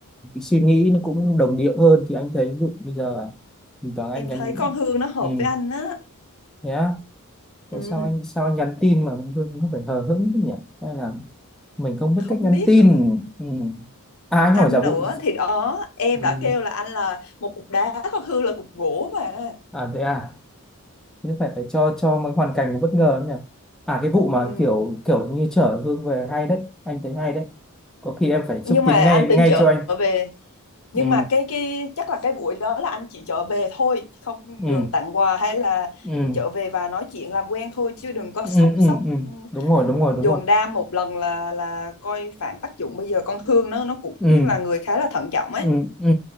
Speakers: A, in the centre; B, on the left.
A: cái suy nghĩ nó cũng
B: Ừ.
A: đồng điệu hơn thì anh thấy ví dụ bây giờ thỉnh thoảng anh
B: em
A: nhắn
B: thấy con Hương nó hợp
A: ừ
B: với anh á
A: thế á Rồi
B: ừ.
A: sao anh sao nhắn tin mà Hương không phải hờ hững thế nhỉ hay là mình không biết
B: không
A: cách nhắn
B: biết
A: tin
B: nữa
A: ừ. à anh
B: anh
A: hỏi giả
B: nữa
A: vụ
B: thì đó em
A: ừ.
B: đã kêu là anh là một cục đá con Hương là cục gỗ mà
A: à thế à nhưng phải phải cho cho mấy hoàn cảnh nó bất ngờ lắm nhỉ à cái vụ mà
B: ừ.
A: kiểu kiểu như chở Hương về hay đấy anh thấy hay đấy có khi em phải xúc
B: nhưng
A: tiến
B: mà anh
A: ngay
B: tính
A: ngay
B: trở
A: cho anh
B: về nhưng
A: ừ
B: mà cái cái chắc là cái buổi đó là anh chỉ trở về thôi không
A: ừ
B: đường tặng quà hay là
A: ừ
B: trở về và nói chuyện làm quen thôi chứ đừng có
A: ừ
B: sốc
A: ừ
B: sốc
A: ừ
B: Ừ.
A: đúng rồi đúng rồi
B: dồn
A: đúng rồi
B: đam một lần là là coi phản tác dụng bây giờ con Hương nó nó cũng
A: ừ
B: là người khá là thận trọng ấy
A: ừ ừ